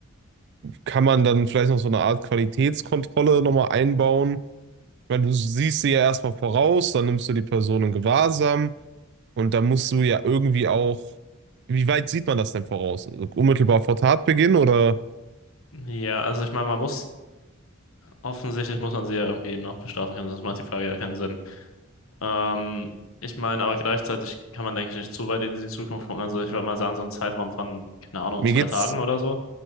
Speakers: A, on the right; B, on the left.
A: kann man dann vielleicht noch so eine Art Qualitätskontrolle nochmal einbauen? Weil du siehst sie ja erstmal voraus, dann nimmst du die Person in Gewahrsam und dann musst du ja irgendwie auch. Wie weit sieht man das denn voraus? Also unmittelbar vor Tatbeginn oder
B: Ja, also ich meine, man muss, offensichtlich muss man sie ja irgendwie noch bestrafen können, sonst macht die Frage ja keinen Sinn. Ähm, ich meine, aber gleichzeitig kann man, denke ich, nicht zu weit in die Zukunft gucken. Also ich würde mal sagen, so einen Zeitraum von, keine Ahnung,
A: mir
B: zwei
A: geht's,
B: Tagen oder so.